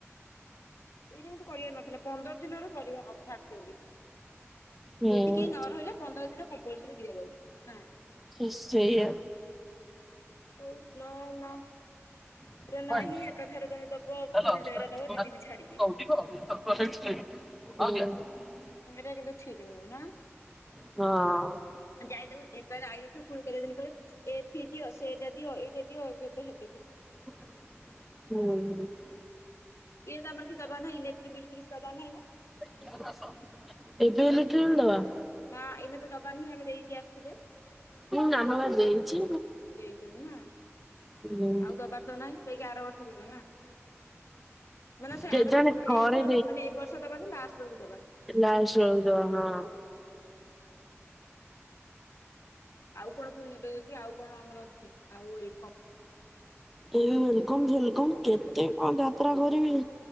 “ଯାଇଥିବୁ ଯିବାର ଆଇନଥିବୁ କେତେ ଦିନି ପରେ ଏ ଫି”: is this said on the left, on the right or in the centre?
Left